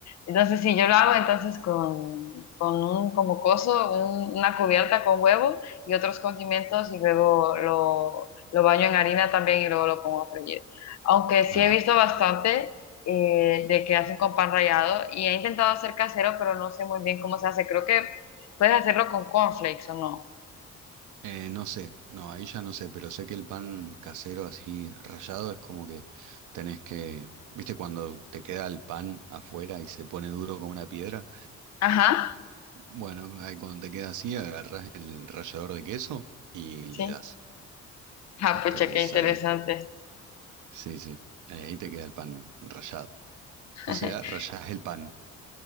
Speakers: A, on the left; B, on the right.
A: Entonces, si yo lo hago entonces con, con un como coso, un- una cubierta con huevo y otros condimentos y luego lo, lo baño en harina también y luego lo pongo a freír. Aunque sí
B: Ah,
A: he visto bastante eh, de que hacen con pan rallado y he intentado hacer casero, pero no sé muy bien cómo se hace. Creo que puedes hacerlo con cornflakes o no.
B: Eh, no sé, no, ahí ya no sé, pero sé que el pan casero así rallado es como que tenés que, viste, cuando te queda el pan afuera y se pone duro como una piedra,
A: Ajá,
B: bueno, ahí cuando te queda así, agarrás el rallador de queso y le
A: sí.
B: das
A: Ah,
B: hasta
A: pucha,
B: que
A: qué interesante.
B: sale. Sí, sí, eh, ahí te queda el pan rallado.
A: <laughs>
B: O sea, rallás el pan,